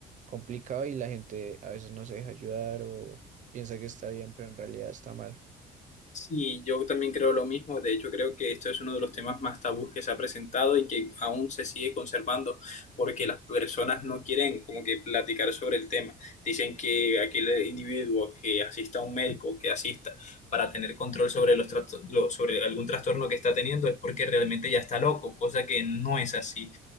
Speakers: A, on the right; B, on the left.
A: complicado y la gente a veces no se deja ayudar o piensa que está bien, pero en realidad está mal.
B: Sí, yo también creo lo mismo. De hecho, creo que esto es uno de los temas más tabús que se ha presentado y que aún se sigue conservando porque las personas no quieren como que platicar sobre el tema. Dicen que aquel individuo que asista a un médico, que asista para tener control sobre los trasto- lo- sobre algún trastorno que está teniendo es porque realmente ya está loco, cosa que no es así.